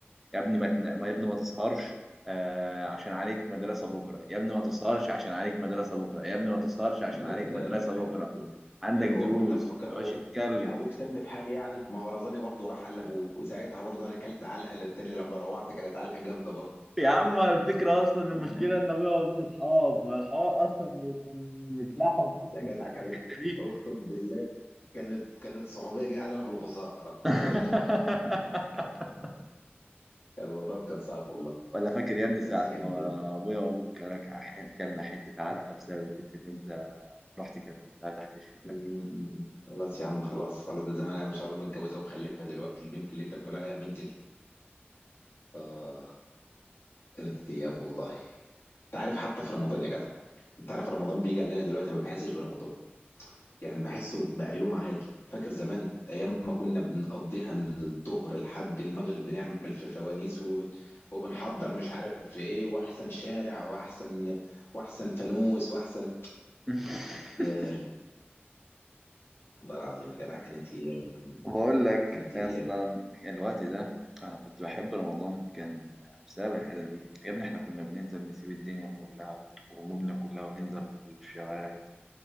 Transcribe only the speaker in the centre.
يا ابني ما تن- ما- يا ابني ما تسهرش آه، عشان عليك مدرسة بكرة يا ابني ما تسهرش عشان عليك مدرسة بكرة يا ابني ما تسهرش عشان
عليك
مدرسة
بكرة
عندك
دروس
ما تبقاش
تتكلم
يا عم الفكرة أصلا المشكلة
إن أبويا وأبوك أصحاب ما الحوار أصلا كان متلحوظ أصلا
بسبب
الحتة دي
<laughs>
ولا فاكر يا ابني ساعة
ما
أبويا وأبوك كلك كلنا حتة علقة بسبب البنت اللي أنت رحت كلمتها تحت الشباك
<laughs>
وبقول لك
اصلا
الوقت ده انا كنت بحب رمضان كان بسبب الحته دي يا ابني احنا كنا بننزل نسيب الدنيا كلها وهمومنا كلها وننزل في الشوارع